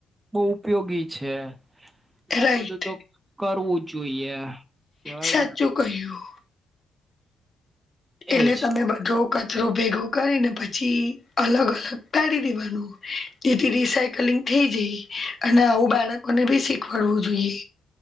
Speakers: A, on the right; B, on the left.
A: બહુ ઉપયોગી છે. એટલે
B: છે રાઈટ
A: આ બધું તો કરવું જ જોઈએ. કેવાય
B: સાચું
A: ને
B: કહ્યું. તેને
A: એજ
B: તમે બધો કચરો ભેગો કરીને પછી અલગ કાઢી દેવાનું. જેથી રિસાયકલિંગ થઈ જાય અને આવું બાળકોને બી શીખવાડવું જોઈએ.